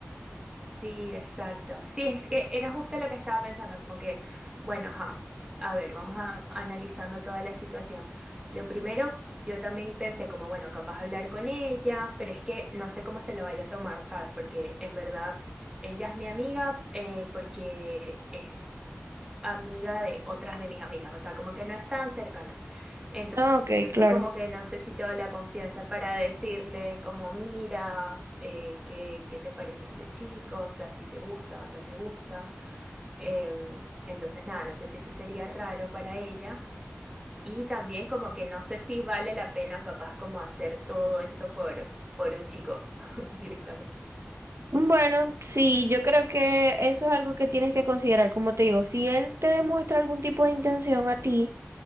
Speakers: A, on the right (about 15°); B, on the right (about 70°).
A: sí, exacto. Sí, es que era justo lo que estaba pensando, como que, bueno, ajá, a ver, vamos a, analizando toda la situación. Lo primero, yo también pensé como, bueno, capaz hablar con ella, pero es que no sé cómo se lo vaya a tomar, ¿sabes? Porque en verdad ella es mi amiga, eh, porque es amiga de otras de mis amigas, o sea, como que no es tan cercana. Ento-
B: Ah, ok,
A: Entonces,
B: claro.
A: como que no sé si tengo la confianza para decirle, como, mira, eh, qué, qué te parece este chico, o sea, si te gusta o no te gusta. Em, entonces, nada, no sé si eso sería raro para ella. Y también como que no sé si vale la pena capaz como hacer todo eso por, por un chico <laughs> directamente.
B: Bueno, sí, yo creo que eso es algo que tienes que considerar. Como te digo, si él te demuestra algún tipo de intención a ti,